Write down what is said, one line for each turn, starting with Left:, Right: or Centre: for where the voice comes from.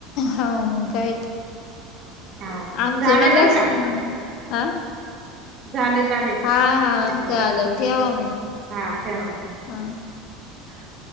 Left: हा मग कायतर
Right: हा
Left: आमचं
Right: झाले
Left: मलाच
Right: बरं का
Left: हा
Right: झाले झाले
Left: हा हा
Right: मिनट
Left: चालेल
Right: हाते
Left: ठेवा मग
Right: हा ठेवा
Left: हा
Right: हम्म